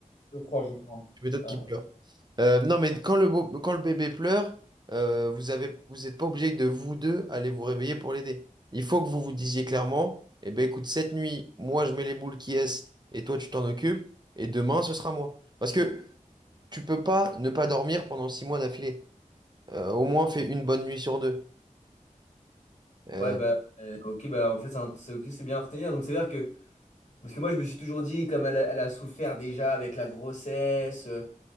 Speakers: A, on the left; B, on the right.
A: Je crois, je crois.
B: Tu m'étonnes qu'il
A: Ah.
B: pleure. Euh, non, mais quand le, beau- quand le bébé pleure, euh, vous avez, vous n'êtes pas obligé de vous deux aller vous réveiller pour l'aider. Il faut que vous vous disiez clairement, eh ben écoute, cette nuit, moi je mets les boules qui est et toi tu t'en occupes et demain ce sera moi. Parce que tu peux pas ne pas dormir pendant six mois d'affilée. Euh, au moins fais une bonne nuit sur deux. Euh,
A: Ouais, bah, euh, ok, bah, en fait, c'est un- c'est ok, c'est bien à retenir. Donc, c'est-à-dire que, parce que moi, je me suis toujours dit, comme elle, a elle a souffert déjà avec la grossesse, euh,